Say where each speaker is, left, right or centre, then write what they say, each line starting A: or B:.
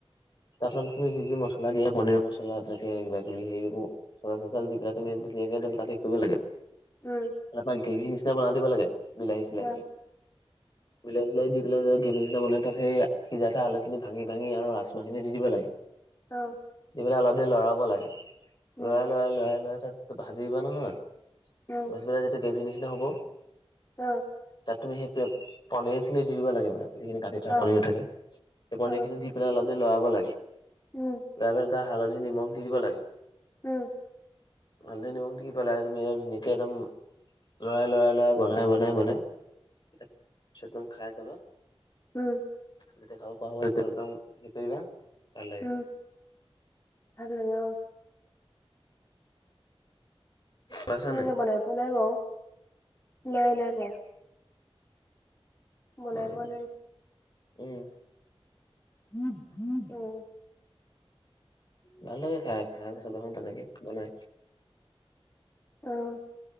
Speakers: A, on the left; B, on the left.
A: তাত তুমি যি যি মছলা দিয়া, পনীৰ মছলা এনেকে কিবা-কিবি সেইবোৰ মছলা-চচলা দি পেলাই তুমি ধুনীয়াকে <unintelligible> কৰিব লাগে।
B: উম।
A: তাৰপা গ্ৰেভি নিচিনা বনাই দিব লাগে, বিলাহী-চিলাহী
B: উম
A: দি। বিলাহী বিলাহী দি পেলাই যে গ্ৰেবী নিচিনা বনাই, তাত সেই সিজাকে আলুখিনি ভাঙি-ভাঙি আৰু ৰাজমাহখিনি দি দিব লাগে।
B: অ'।
A: দি পেলাই অলপ দেৰি লৰাব লাগে,
B: উম অ উম
A: লৰাই-লৰাই, লৰাই-লৰাই তাৰপিছত ভাজিবা নহয়
B: উম
A: ভাজি পেলাই যেতিয়া গ্ৰেভীৰ নিচিনা হ'ব
B: অ'।
A: তাত তুমি সেই পে-পনীৰ খিনি দি দিব লাগে মানে। যিখিনি কাটি থোৱা
B: অ
A: পনিৰ থাকে। সেই পনীৰখিনি
B: অ
A: দি পেলাই অলপ দেৰি লৰাব লাগে।
B: উম।
A: লৰাই পেলাই তাত হালধি, নিমখ দি দিব লাগে।
B: উম।
A: হালধী, নিমখ দি পেলাই তুমি এ ধুনীয়াকে একদম লৰাই-লৰাই-লৰাই বনাই-বনাই-বনাই তাৰ পিছত তুমি খাই চাবা
B: উম।
A: যেতিয়া খাব পাৰা হ'বা তেতিয়া একদম হেৰি কৰিবা ভাল লাগে
B: উম ভাললাগে অহ
A: পাইছা
B: মই
A: নাই
B: এনে বনাই পোৱা নাই বাৰু নাই নাই পোৱা বনাই
A: উম
B: পোৱা নাই।
A: উম
B: উম
A: ভাল লাগে খাই খাই মেলি চাবাচোন তেনেকে বনাই
B: অহ